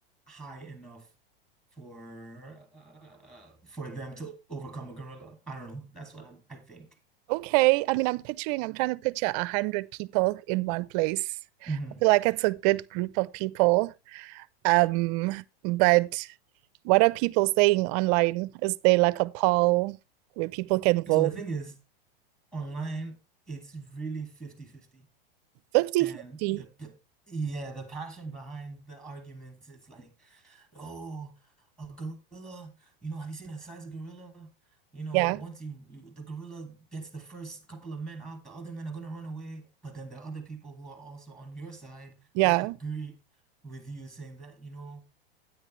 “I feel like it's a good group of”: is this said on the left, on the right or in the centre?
Right